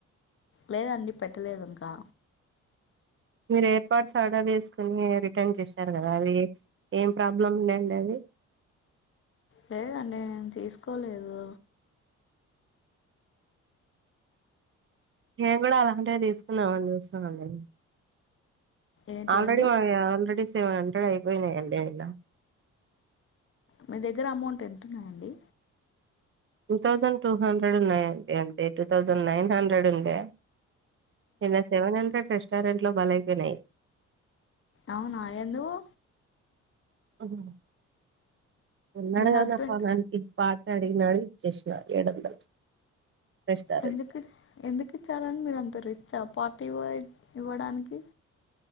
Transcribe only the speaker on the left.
లేదండి పెట్టలేదు ఇంకా
లేదండి నేను తీసుకోలేదు
ఏంటివండి
మీ దగ్గర అమౌంట్ ఎంతున్నాయంండి
అవునా ఎందుకు
మీ హస్బెండ్
ఎందుకు ఎందుకు ఇచ్చారని మీరు అంత రిచ్ పార్టీవ్వ ఇవ్వడానికి